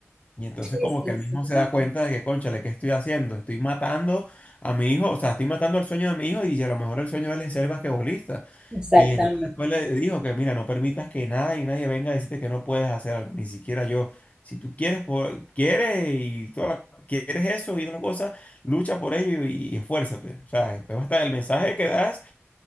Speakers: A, on the left; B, on the right.
A: Y entonces
B: sí,
A: como
B: sí,
A: que él
B: sí,
A: mismo se da cuenta de que, cónchale, ¿qué estoy haciendo? Estoy matando a mi hijo, o sea, estoy matando el sueño de mi hijo y a lo mejor el sueño de él es ser basquetbolista.
B: exactamente.
A: Y entonces después le dijo que, mira, no permitas que nada y nadie venga a decirte que no puedes hacer algo, ni siquiera yo. Si tú quieres, por- quieres y toda la- quieres eso y otra cosa, lucha por ello y, y esfuérzate. O sea, después hasta el mensaje que das,